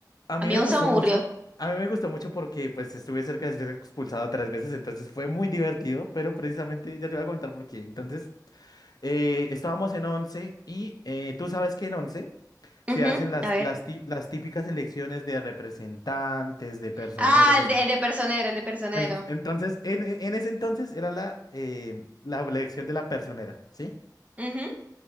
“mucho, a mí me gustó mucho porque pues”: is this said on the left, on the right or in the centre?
Left